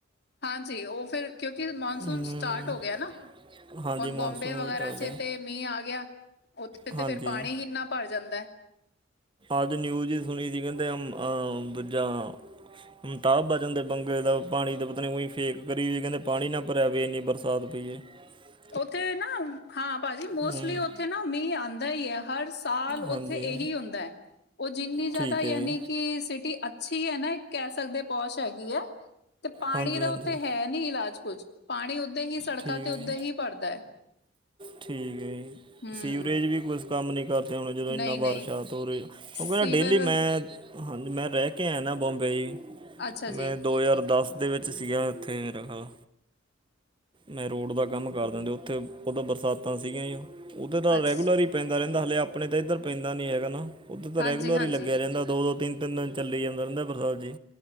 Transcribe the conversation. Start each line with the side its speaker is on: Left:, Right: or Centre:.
Left: ਹਾਂਜੀ ਉਹ ਫਿਰ ਕਿਉਂਕਿ ਮਨਸੂਨ
Right: ਹੂੰ
Left: ਸਟਾਰਟ ਹੋ ਗਿਆ ਨਾ
Right: ਹਾਂਜੀ
Left: ਹੁਨ
Right: ਮੌਨਸੂਨ
Left: ਬੋਮਬੇ ਵਗੈਰਾ
Right: ਵੀ ਚੱਲਦਾ
Left: ਚ
Right: ਹੈ।
Left: ਤੇ ਮੀਹ ਆ ਗਿਆ ਉੱਥੇ ਤੇ
Right: ਹਾਂਜੀ
Left: ਫੇਰ ਪਾਣੀ ਇੰਨਾ ਭਰ ਜਾਂਦਾ
Right: ਅੱਜ ਨਿਊਜ਼ ਸੁਣੀ ਸੀ ਕਹਿੰਦੇ ਅਹ ਦੂਜਾ ਹਮਤਾਬ ਬਚ ਜਾਂਦੇ ਬੰਗਰੇ ਦਾ ਪਾਣੀ ਤਾਂ ਪਤਾ ਨਹੀਂ ਉਂ ਫੇਕ ਕਰੀ ਵੀ ਕਹਿੰਦੇ ਪਾਣੀ ਨਾ ਭਰਿਆ ਪਵੇ ਇੰਨੀ ਬਰਸਾਤ ਪਈਏ <unintelligible>
Left: ਉੱਥੇ ਨਾ ਹਾਂ ਭਾਜੀ ਮੋਸਟਲੀ
Right: ਹਮ,
Left: ਉੱਥੇ ਨਾ ਮੀਂਹ ਆਉਂਦਾ ਹੀ ਆ ਹਰ ਸਾਲ ਉੱਥੇ
Right: ਹਾਂਜੀ
Left: ਇਹੀ ਹੁੰਦਾ ਹੈ ਉਹ ਜਿੰਨੀ ਜਿਆਦਾ
Right: ਠੀਕ
Left: ਯਾਨੀ
Right: ਹੈ ਜੀ
Left: ਕਿ ਸਿਟੀ ਅੱਛੀ ਹੈ ਨਾ ਇੱਕ ਕਹਿ ਸਕਦੇ ਪੋਸ਼ ਹੈਗੀ ਹੈ ਤੇ ਪਾਣੀ
Right: ਹਾਂਜੀ
Left: ਤਾਂ
Right: ਹਾਂਜੀ
Left: ਉੱਥੇ ਹੈ। ਨਹੀਂ ਇਲਾਜ ਕੁਝ ਪਾਣੀ ਉੱਦੇ ਹੀ ਸੜਕਾਂ
Right: ਠੀਕ
Left: ਤੇ
Right: ਹੈ
Left: ਉੱਦਾਂ
Right: ਜੀ,
Left: ਹੀ ਭਰਦਾ ਹੈ
Right: ਠੀਕ ਹੈ ਜੀ
Left: ਹਮ
Right: ਸੀਵਰੇਜ ਵੀ ਕੁਛ ਕੰਮ ਨਹੀਂ ਕਰਦੇ ਹੁਣੇ ਜਦੋਂ ਇੰਨਾ
Left: ਨਹੀਂ
Right: ਬਰਸ਼ਾਤ
Left: ਨਹੀਂ
Right: ਹੋ ਰਹੀ
Left: ਸੀਵਰ
Right: ਕਿਉਂਕਿ ਨਾ ਡੇਲੀ ਮੈਂ ਹਾਂਜੀ ਮੈਂ ਰਹਿ ਕੇ ਆਇਆ ਨਾ ਬੋਮਬੇ ਜੀ
Left: ਅੱਛਾ
Right: ਮੈਂ
Left: ਜੀ
Right: ਦੋ ਹਜ਼ਾਰ ਦਸ ਦੇ ਵਿੱਚ ਸੀਗਾ ਉੱਥੇ ਮੇਰਾ ਖਾਲ ਮੈਂ ਰੋਡ ਦਾ ਕੰਮ ਕਰ ਦਿੰਦੇ ਉੱਥੇ ਉਹਦ ਬਰਸਾਤਾਂ ਸੀਗੀਆਂ ਹੀ ਉਹਦੇ ਤਾਂ
Left: ਅੱਛ
Right: ਰੈਗੂਲਰ ਹੀ ਪੈਂਦਾ ਰਹਿੰਦਾ ਹਲੇੇ ਆਪਣੇ ਤਾਂ ਇੱਧਰ ਪੈਂਦਾ ਨੀ ਹੈਗਾ ਨਾ ਉੱਧਰ ਤਾਂ
Left: ਹਾਂਜੀ
Right: ਰੈਗੂਲਰ
Left: ਹਾਂਜੀ
Right: ਹੀ ਲੱਗਿਆ ਰਹਿੰਦਾ ਦੋ ਦੋ ਤਿੰਨ ਤਿੰਨ ਦਿਨ ਚੱਲ ਹੀ ਜਾਂਦਾ ਰਹਿੰਦਾ ਜੀ